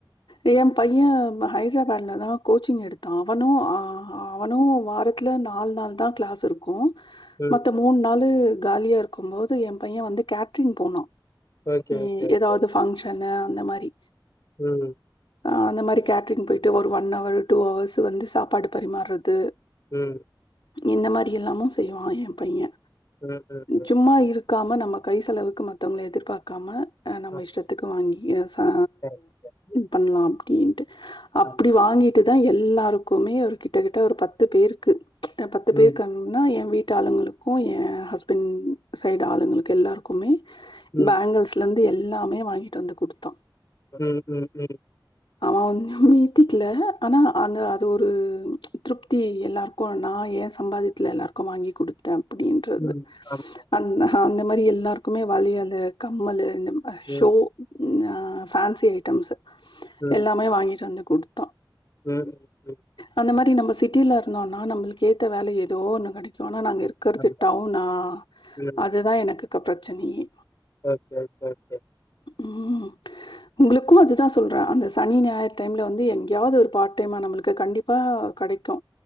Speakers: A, on the left; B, on the left.
A: ஏ பைய ம ஹை த்ராபேட்ல தா கோச்சிங் எடுத்தா அவனு அ அவனு வாரத்துல நாலு நாள் தா க்ளாஸ் இருக்கு
B: ம்.
A: மத்த மூண் நாலு காலியா இருக்கு போது எ பைய வந்து கேட்ரிங் போனா
B: ஓகே,
A: ம்
B: ஓகே, ஓகே.
A: ஏதாவது ஃபங்க்ஷனு அந்த மாரி
B: ம்
A: ஆ அந்த மாரி கேட்ரிங் போயிட்டு ஒரு ஒன் ஹர் டூ ஹவர்ஸ் வந்து சாப்பாடு பரிமார்றது
B: ம்
A: இந்த மாரி எல்லாமு செய்வா ஏ பையே
B: ம் ம் ம்.
A: சும்மா இருக்காம நம்ம கை செலவுக்கு மத்தவங்கள எதிர்பாக்காம அ நம்ம
B: ஆமா.
A: இஷ்டத்துக்கு வாங்கி ஆ
B: கரெக்ட், கரெக்ட்.
A: பண்லா அப்டின்ட்டு அப்டி
B: ஆமா.
A: வாங்கிட் ட்டுதா எல்லாருக்குமே ஒரு கிட்ட கிட்ட ஒரு பத்து பேருக்கு அ பத்து
B: ம்,
A: பேருக்கு ன்னா ஏ வீட்டு ஆளுங்களுக்கு ஏன் ஹஸ்பண்ட் சைடு ஆளுங்களுக்கு எல்லாருக்குமே
B: ம்,
A: பேங்கிள்ஸ்லேந்து எல்லாமே வாங்கிட்டு வந்து குடுத்தா
B: ம் ம் ம்
A: அவே வந்து மிதி கல ஆனா அந்த அது ஒரு திருப்தி எல்லாருக்கு நா ஏ சம்பாதித்துல எல்லாருக்கு வாங்கி குடுத்தே அப்டின்றது
B: ம். ஆமா.
A: அந் அந்த மாரி எல்லாருக்குமே வளயளு கம்மலு இந்த
B: ம்,
A: ஷோ அ ஃபேன்சி ஐட்டம்ஸ்சு
B: ம்.
A: எல்லாமே வாங்கிட்டு வந்து குடுத்தா
B: ம் ம்.
A: அந்த மாரி நம்ப சிட்டில இருந்தோனா நம்ளுக்கு ஏத்த வேல எதோ ஒன்னு கெடைக்கு ஆனா நாங்க இருக் க்கறது
B: ஆமா.
A: டவுனா
B: ம்.
A: அதுதா எனக்குக்க பிரச்சனயே
B: ஓகே ஓகே ஓகே
A: ம் உங்குளுக்கு அதுதா சொல்றே அந்த சனி ஞாயிறு டைம்ல வந்து எங்கயாது ஒரு பார்ட் டைமா நம்புளுக்கு கண்டிப் ப்பா கெடைக்கு